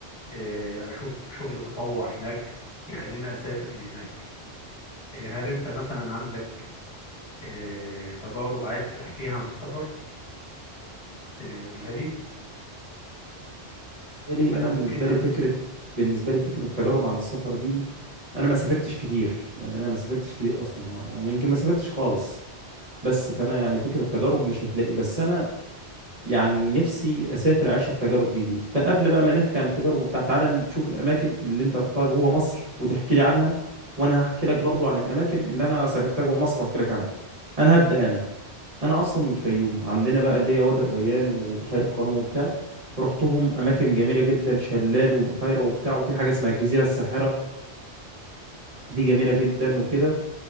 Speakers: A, on the left; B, on the right.
A: آه، أشوف شغل تطوع هناك يخليني أسافر لهناك آه، هل أنت مثلا عندك آه، تجارب عايز تحكيها عن السفر تقولها لي
B: بالي
A: أنا
B: انا
A: ممكن
B: بالنسبه لي فكره بالنسبه لي فكره تجارب عن السفر دي دي انا ما سافرتش كتير يعني انا ما سافرتش كتير اصلا ما- ويمكن ما سافرتش خالص بس فانا يعني فكره تجارب مش هتلاقي بس انا يعني نفسي اسافر اعيش التجارب دي دي فقبل بقى ما نحكي عن التجارب بتاعت تعالى نشوف الاماكن اللي انت رحتها جوه مصر وتحكي لي عنها وانا هحكي لك برضو عن الاماكن اللي انا سافرتها جوه مصر واحكي لك عنها انا هبدا انا انا اصلا من الفيوم عندنا بقى اللي هي وادي الريان وبحيره قارون وبتاع رحتهم اماكن جميله جدا شلال وبحيره وبتاع وفي حاجه اسمها الجزيره الساحره دي جميله جدا وكده